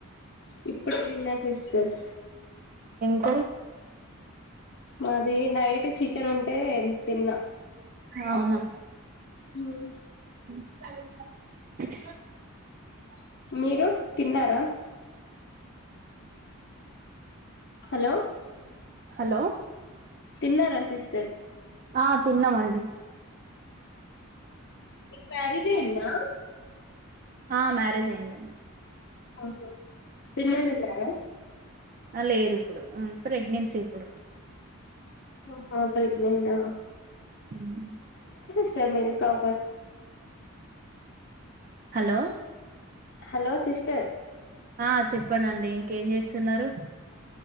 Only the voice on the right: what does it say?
అ
అవునా
చ చ
హలో
ఆ తిన్నామండి
ఆ మ్యారేజ్ అయిందండి
ఆ లేరు ఇప్పుడు అ ప్రెగ్నెన్సీ ఇప్పుడు
హ్మ్
హలో
ఆ చెప్పన నండి ఇంకేం చేస్తున్నారు